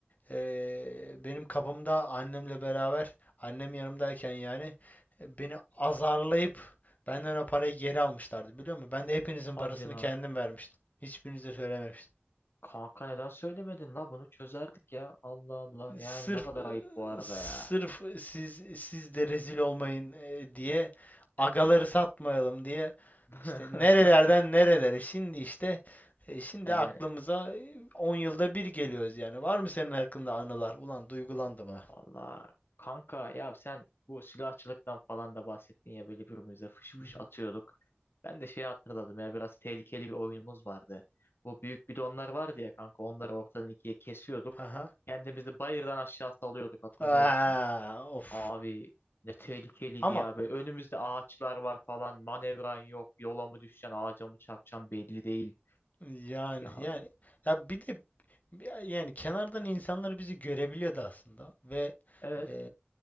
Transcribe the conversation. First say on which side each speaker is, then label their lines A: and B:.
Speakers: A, on the left; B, on the left.
A: e, benim kapımda annemle beraber annem yanımdayken yani e, beni azarlayıp benden o parayı geri almışlardı biliyor musun? Ben de hepinizin
B: Hadi
A: parasını
B: lan.
A: kendim vermiştim. Hiçbirinize söylememiştim.
B: Kanka neden söylemedin la bunu çözerdik ya. Allah Allah. Yani
A: sırf
B: ne kadar
A: e,
B: ayıp bu arada
A: sırf
B: ya.
A: siz siz de rezil olmayın e, diye agaları satmayalım diye
B: <laughs>
A: işte nerelerden nerelere şimdi işte e, şimdi
B: Yani
A: aklımıza e, 10 yılda bir geliyoruz yani. Var mı senin hakkında anılar? Ulan duygulandım ha.
B: Vallahi kanka ya sen bu silahçılıktan falan da bahsettin ya böyle birbirimize fış
A: Hı
B: fış
A: hı.
B: atıyorduk. Ben de şeyi hatırladım ya biraz tehlikeli bir oyunumuz vardı. Bu büyük bidonlar vardı ya kanka onları ortadan ikiye kesiyorduk.
A: Aha.
B: Kendimizi bayırdan aşağı salıyorduk hatırlıyor
A: Aa,
B: musun?
A: of.
B: Abi ne tehlikeliydi
A: Ama
B: ya böyle önümüzde ağaçlar var falan manevran yok yola mı düşeceksin ağaca mı çarpacaksın belli değil.
A: yani
B: Ya
A: yani ya bir de yani kenardan insanlar bizi görebiliyordu aslında ve
B: evet.
A: Ee,